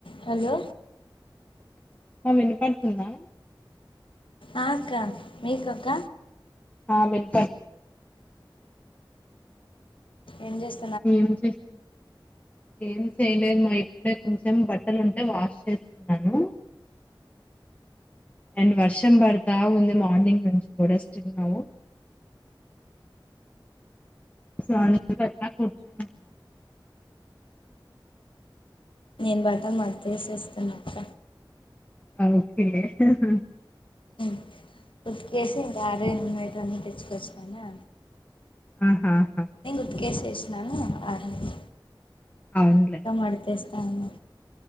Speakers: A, on the left; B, on the left.
A: హలో
B: మామ్ విన పడుతుందా
A: ఆ అక్క మీకొక
B: ఆ వినపడుతుంది
A: ఏం చేస్తూ
B: ఏం చేస్తున్నా ఏం చేయలేదు మా ఇప్పుడే కొంచెం బట్టలు ఉంటే వాష్ చేస్తున్నాను అండ్ వర్షం పడతా ఉంది మార్నింగ్ నుంచి కూడా స్టిల్ నౌ సో అట్లా కూర్చున్నాం
A: నేను బట్టలు మడతెసేస్తున్న అక్క
B: ఓకే హ్ హి హి
A: ఉమ్, ఉతికేసి ఇంకా అరేటివి అన్నీ తీసుకొచ్చినాన
B: ఆహాహా
A: ఉతికేేసేసినాను ఆరేయాల
B: అవును
A: మడతేస్తాన్నా.